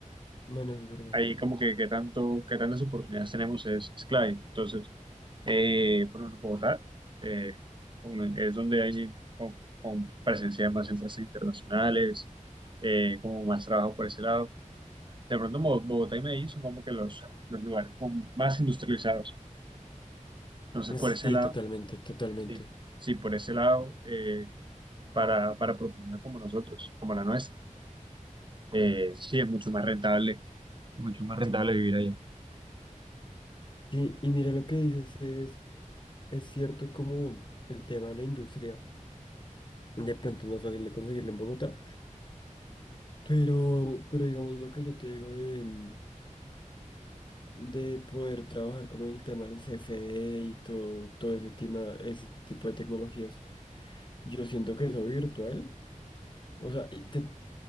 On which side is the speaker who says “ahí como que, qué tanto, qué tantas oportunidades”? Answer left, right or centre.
Right